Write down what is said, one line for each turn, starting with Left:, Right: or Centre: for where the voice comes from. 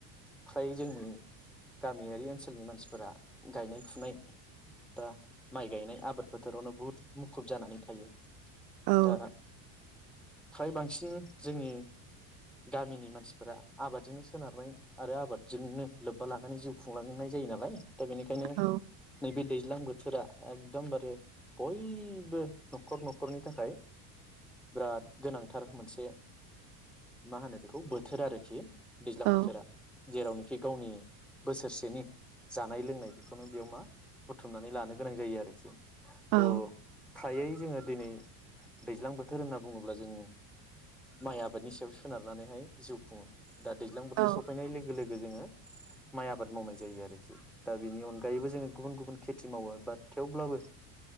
Centre: फ्राय जोंनि गामियारि ओनसोलनि मानसिफोरा गायनाय फुनाय बा माइ गायनाय आबाद फोथारावनो बहुत मुखुब जानानै थायो।
Right: औ
Centre: दा फ्राय बांसिन जोंनि गामिनि मानसिफोरा आबादजोंनो सोनारनाय आरो आबादजोंनो लोब्बा लानानै जिउ खुंलांनाय जायो नालाय दा बेनिखायनो
Right: औ
Centre: नैबे दै ज्लां बोथोरा एकदमबारे बयबो न'खर न'खरनि थाखाय बिराद गोनांथार मोनसे मा होनो बेखौ बोथोर आरोखि। दैज्लां
Right: औ
Centre: बोथोरा। जेरावनिखि गावनि बोसोरसेनि जानाय लोंनाय बेखौनो बेयाव मा बुथुमनानै लानो गोनां जायो आरोखि।
Right: औ
Centre: त। फ्रायै जोङो दिनै दैज्लां बोथोर होनना बुङोब्ला जों माइ आबादनि सायाव सोनारनानैहाय जिउ खुङो। दा दैज्लां बोथोर
Right: औ
Centre: सफैनाय लोगो लोग बे जोङो। माइ आबाद मावनाय जायो आरोखि दा बेनि अनगायैबो जोङो गुबुन गुबुन खेथि मावो बाट थेवब्लाबो।